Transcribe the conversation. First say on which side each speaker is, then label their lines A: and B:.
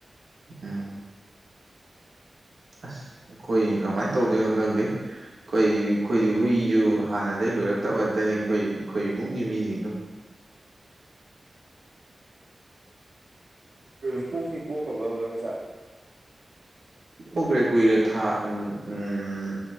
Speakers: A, on the right; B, on the right.
A: ꯎꯝ ꯑꯁ ꯑꯩꯈꯣꯏ ꯀꯃꯥꯏ ꯇꯧꯗꯣꯏꯅꯣ ꯈꯪꯗꯦ ꯑꯩꯈꯣꯏ ꯑꯩꯈꯣꯏꯗꯤ ꯍꯨꯏꯁꯨ ꯍꯥꯟꯅꯗꯒꯤ ꯂꯣꯏꯔꯛꯇꯕ ꯉꯥꯇꯅꯤ ꯑꯩꯈꯣꯏ ꯑꯩꯈꯣꯏ ꯏꯃꯨꯡꯒꯤ ꯃꯤꯁꯤꯡꯗꯣ
B: ꯀꯩꯅ‌ꯣ ꯄꯣꯛꯇꯤ ꯄꯣꯛꯈ꯭ꯔꯕꯕ ꯃꯆꯥ
A: ꯄ‌ꯣꯛꯈ꯭ꯔꯦ ꯀꯨꯏꯔꯦ ꯊꯥ ꯎꯝ